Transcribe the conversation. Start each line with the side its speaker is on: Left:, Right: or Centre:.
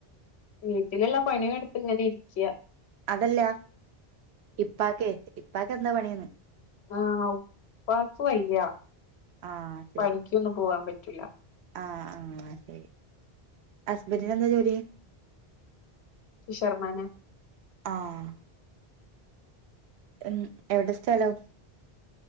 Left: വീട്ടില്ള്ള പണിയെടുത്ത്ങ്ങനെ ഇരിക്ക്യാ
Right: അതല്ലാ ഇപ്പാക്കേ ഇപ്പാക്കെന്താ പണീന്ന്
Left: ആഹ് ഉപ്പാക്ക് വയ്യ
Right: ആഹ്
Left: പണിക്കൊന്നും പോവ്വാൻ പറ്റില്ല
Right: ആഹ് ആഹ ശരി ഹസ്ബന്റിനെന്താ ജോലി
Left: ഫി ശർമാനെ
Right: ആഹ് ഉം എവടെ സ്ഥലം